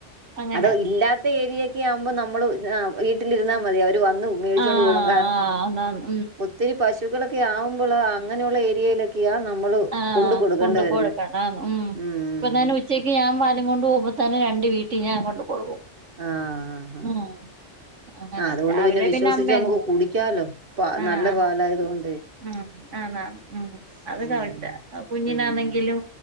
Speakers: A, on the right; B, on the right.
A: അങ്ങനെ
B: അത് ഇല്ലാത്ത ഏരിയെക്കെ ആവുമ്പോ നമ്മളു ആഹ് വീട്ടിലിരുന്നാ മതി അവര് ട്ടു വന്ന് മേടിച്ചോണ്ട്
A: ആഹ്
B: പോണം കാർ
A: ആഹ് അന്നാന്ന് ഉം
B: ഒത്തിരി പശുക്കളൊക്കെ ആവുമ്പളവാ അങ്ങനെയുള്ള ഏരിയയിലൊക്കെയാ നമ്മള്
A: ആഹ്
B: കണ്ട് കൊടുക്കെണ്ട്
A: കൊണ്ട്
B: വരുന്നെ
A: കൊടുക്കണം ആന്ന് ഉം
B: ഉം
A: ഇപ്പൊ തന്നെ ഉച്ചക്ക് ഞാൻ പാലും കൊണ്ട് പോവുമ്പോ തന്നെ രണ്ട് വീട്ടി ഞാൻ കൊണ്ട് കൊടുക്കും
B: ആഹ് ആഹ്
A: ഉം അങ്ങനെ
B: ആഹ് അതുകൊണ്ട്
A: രാവിലെ
B: പിന്നെ വിശ്വസിച്ചച്ച്
A: അമ്മയങ്ങ്
B: നമ്മുക്ക്
A: പോവും
B: കുടിക്കാലോ പ
A: ആഹ്
B: നല്ല
A: ആന്നാന്ന്
B: പാലായതുകൊണ്ട്
A: ഉം ആന്ന് ആന്ന് ഉം അത്
B: ഉം
A: കറ റ്റാ കുഞ്ഞിനാനെങ്കിലും
B: ഉം